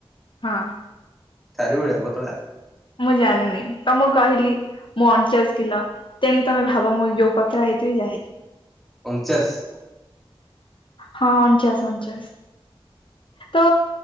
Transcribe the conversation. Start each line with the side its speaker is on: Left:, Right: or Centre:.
Left: ହଁ।
Centre: ତାରିଭଳିଆ ପତଳା।
Left: ମୁଁ ଜାଣିନି ତ ମୁଁ କହିଲି। ମୁଁ ଅଣଚାଶ କିଲ। ତେଣିକି ତମେ ଭାବ ମୁଁ ଯୋଉ ପତଳା ହେଇଥିବି ଯାହା ହେଇିଥିବି।
Centre: ଅଞ୍ଚାଶ।
Left: ହଁ ଅଣଚାଶ ଅଣଚାଶ। ତ